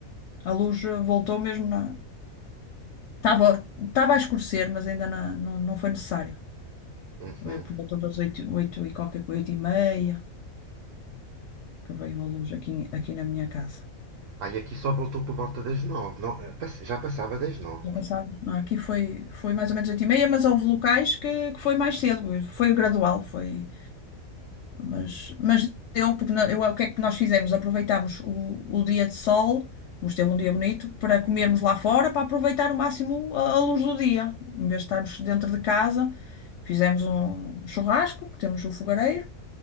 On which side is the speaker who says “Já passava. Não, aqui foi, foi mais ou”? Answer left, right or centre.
Left